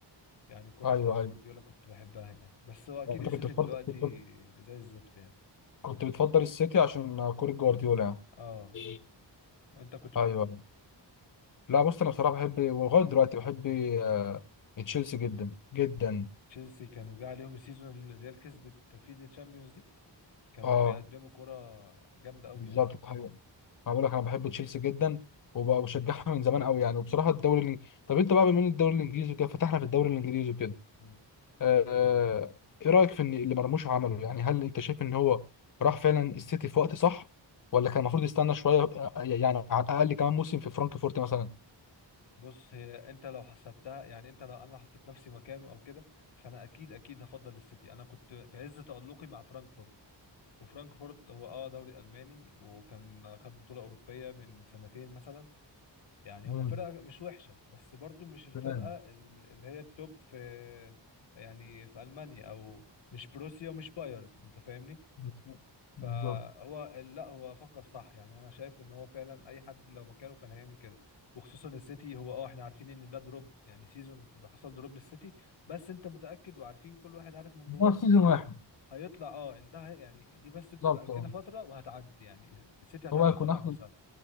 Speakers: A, on the left; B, on the left.
A: يعني الكوره
B: ايوه
A: بتاعت
B: ايوه
A: جوارديولا كنت بحبها يعني بس هو اكيد
B: انت
A: السيتي
B: كنت بتفضل
A: دلوقتي
B: كنت
A: زي الزفت يعني
B: كنت بتفضل السيتي عشان كورة جوارديولا يعني
A: اه
B: ايوه
A: انت كنت بتحب
B: أيوة.
A: مين؟
B: لا بص انا بصراحه بحب ولغايه دلوقتي بحب آه، تشيلسي جدا جدا
A: تشيلسي كانوا جه عليهم السيزون اللي الريال كسبت فيه الشامبيونز دي كانوا
B: اه
A: بيقدموا كوره جامده قوي
B: بالظبط
A: يعني
B: ده حقيقي. انا بقول لك انا بحب تشيلسي جدا وبشجعها من زمان قوي يعني وبصراحه الدوري الإنج... طب انت بقى بما ان الدوري الانجليزي وكده فتحنا في الدوري الانجليزي وكده
A: مم.
B: آه، ايه رايك في ان اللي مرموش عمله يعني هل انت شايف ان هو راح فعلا السيتي في وقت صح ولا كان المفروض يستنى شويه آه، يعني على الاقل كمان موسم في فرانكفورت مثلا
A: بص هي انت لو حسبتها يعني انت لو انا لو حطيت نفسي مكانه او كده فانا اكيد اكيد هفضل السيتي انا كنت في عز تألقي مع فرانكفورت وفرانكفورت هو اه دوري الماني وكان خد بطوله اوروبيه من سنتين مثلا يعني
B: امم
A: هو فرقه مش وحشه بس برضو مش الفرقه
B: تمام
A: ال- اللي هي التوب في يعني في المانيا او مش بروسيا ومش بايرن انت فاهمني
B: بالظبط
A: فهو
B: بالظبط.
A: لا هو فكر صح يعني انا شايف ان هو فعلا اي حد لو مكانه كان هيعمل كده وخصوصا السيتي هو اه احنا عارفين ان ده دروب يعني سيزون ده حصل دروب للسيتي بس انت متاكد وعارفين كل واحد عارف من جواه
B: هو سيزون
A: ان السيتي
B: واحد
A: هيطلع اه ان ده هي- يعني دي بس بتبقى
B: بالظبط
A: كده
B: اه
A: فتره وهتعدي يعني السيتي هتعرف
B: هو هيكون
A: تطلع
B: اخر
A: نفسها